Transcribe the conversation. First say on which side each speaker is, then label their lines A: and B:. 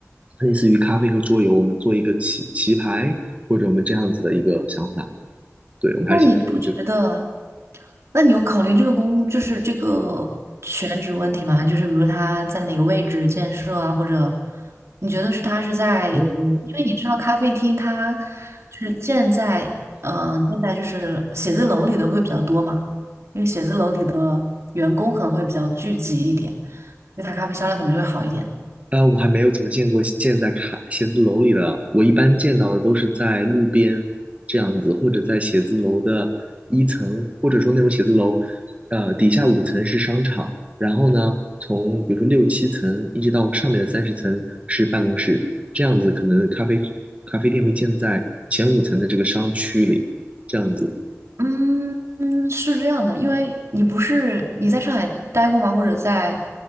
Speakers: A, on the right; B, on the right.
A: 类似于咖啡和桌游，我们做一个棋棋牌或者我们这样子的一个想法，对，我们还是先建立这个。
B: 那你不觉得？那你有考虑这个工，就是这个选址问题吗？就是比如他在哪个位置建设啊，或者你觉得是他是在，因
A: 嗯，
B: 为你知道咖啡厅它就是建在，嗯、呃，建在就是写字楼里的会比较多嘛，因为写字楼里的员工可能会比较聚集一点，所以它咖啡销量可能就会好一点。
A: 呃，我还没有怎么见过建在卡写字楼里的，我一般见到的都是在路边这样子，或者在写字楼的一层，或者说那种写字楼，呃，底下五层是商场，然后呢，从比如说六七层一直到上面的三十层是办公室，这样子可能咖啡咖啡店会建在前五层的这个商区里，这样子，
B: 嗯嗯，是这样的，因为你不是你在上海待过吗？或者在